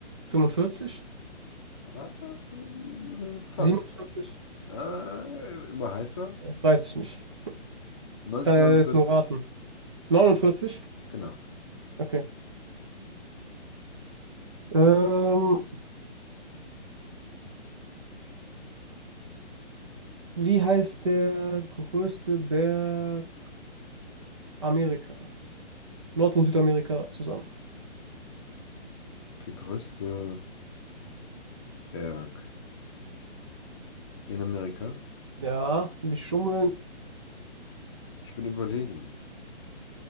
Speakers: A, on the right; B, on the left.
A: 45?
B: Ah, mm, fast.
A: 47?
B: Ah, immer heißer.
A: Weiß ich nicht.
B: 1949.
A: Kann ja jetzt nur raten. 49?
B: Genau.
A: Okay. Ähm, wie heißt der größte Berg Amerikas? Nord- und Südamerika zusammen.
B: Der größte Berg in Amerika.
A: Ja, nicht schummeln.
B: Ich bin überlegen.